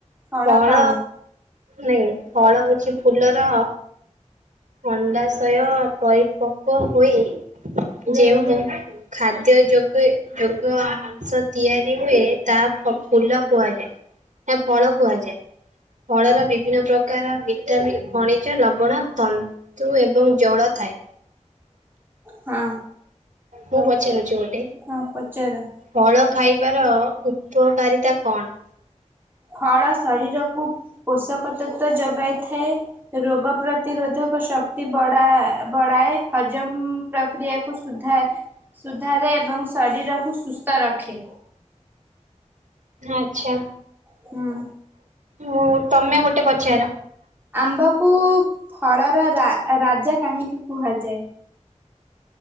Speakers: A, on the right (about 15°); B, on the right (about 80°).
A: ଫଡ
B: ଫଳ
A: କଣ?
B: ନାଇଁ ଫଳ ହଉଛି ଫୁଲର ଅଣ୍ଡାଶୟ ପରିପକ୍ୱ ହୋଇ ଯେଉଁ ଖାଦ୍ୟ ଯୋଗେ ଯୋଗ ଅଂଶ ତିଆରି ହୁଏ ତା ଫ ଫୁଲ କୁହାଯାଏ ନା ଫଳ କୁହାଯାଏ। ଫଳର ବିଭିନ୍ନ ପ୍ରକାର ଭିଟାମନ୍, ଖଣିଜ ଲବଣ, ତନ ତୁ ଏବଂ ଜଳ ଥାଏ।
A: ହଁ।
B: ମୁଁ ପଚାରୁଚି ଗୋଟେ।
A: ହଁ ପଚାର
B: ଫଳ ଖାଇବାର ଉପକାରିତା କଣ?
A: ଫଳ ଶରୀରକୁ ପୋଷକତତ୍ଵ ଯୋଗାଇଥାଏ। ରୋଗ ପ୍ରତିରୋଧକ ଶକ୍ତି ବଡା ବଡାଏ ହଜମ ପ୍ରକ୍ରିୟାକୁ ସୁଧା ସୁଧାରେ ଏବଂ ଶରୀରକୁ ସୁସ୍ଥ ରଖେ।
B: ଆଛା
A: ହୁଁ
B: ମୁଁ ତମେ ଗୋଟେ ପଚାର।
A: ଆମ୍ବକୁ ଫଳର ରା ରାଜା କାହିଁକି କୁହାଯାଏ?